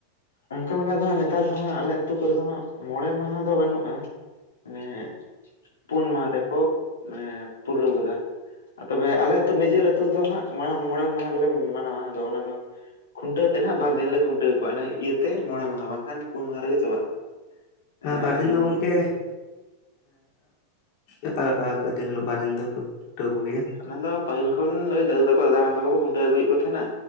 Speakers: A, on the left (about 65°); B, on the left (about 45°).
A: ᱚᱱᱠᱟ ᱞᱮᱠᱟ ᱫᱚ ᱦᱟᱸᱜ ᱱᱮᱛᱟᱨ ᱫᱚ ᱦᱟᱸᱜ ᱟᱞᱮ ᱟᱹᱛᱩ ᱠᱚᱨᱮ ᱫᱚ ᱦᱟᱸᱜ ᱢᱚᱬᱮ ᱢᱟᱦᱟ ᱫᱚ ᱵᱟᱹᱱᱩᱜᱼᱟ ᱢᱟᱱᱮ ᱯᱩᱱ ᱢᱟᱦᱟ ᱛᱮᱠᱚ ᱯᱩᱨᱟᱹᱣ ᱠᱟᱫᱟ ᱛᱚᱵᱮ ᱟᱞᱮ ᱟᱹᱛᱩ ᱱᱤᱡᱮᱨ ᱟᱹᱛᱩ ᱨᱮᱫᱚ ᱦᱟᱸᱜ ᱢᱚᱬᱮ ᱢᱚᱬᱮ ᱢᱟᱦᱟ ᱜᱮᱞᱮ ᱢᱟᱱᱟᱣᱟ ᱟᱫᱚ ᱚᱱᱟ ᱫᱚ ᱠᱷᱩᱱᱴᱟᱹᱣ ᱟᱛᱮᱫ ᱦᱟᱸᱜ ᱵᱟᱨ ᱫᱤᱱ ᱞᱮ ᱠᱷᱩᱱᱴᱟᱹᱣ ᱠᱚᱣᱟ ᱤᱭᱟᱹᱛᱮ ᱢᱚᱬᱮ ᱢᱟᱦᱟ ᱵᱟᱝᱠᱷᱟᱱ ᱯᱩᱱ ᱢᱟᱦᱟᱨᱮ ᱪᱟᱵᱟᱜᱼᱟ ᱮᱸ
B: ᱵᱟᱨ ᱫᱤᱱ
A: ᱡᱮᱢᱚᱱ
B: ᱫᱚ ᱜᱚᱢᱠᱮ ᱚᱠᱟᱞᱮᱠᱟ ᱠᱟᱹᱴᱤᱡ ᱦᱟᱜ ᱵᱟᱨ ᱫᱤᱱ ᱫᱚ ᱠᱷᱩᱱᱴᱟᱹᱣ ᱠᱚᱜᱮᱭᱟ ᱾
A: ᱢᱮᱱᱫᱚ ᱯᱟᱹᱦᱤᱞ ᱠᱷᱚᱱ ᱫᱟᱫᱩ ᱛᱟᱠᱚ ᱫᱟᱫᱟ ᱛᱟᱠᱚ ᱠᱚ ᱠᱷᱩᱱᱴᱟᱹᱣ ᱟᱹᱜᱩᱭᱮᱫ ᱠᱚ ᱛᱟᱦᱮᱸᱱᱟ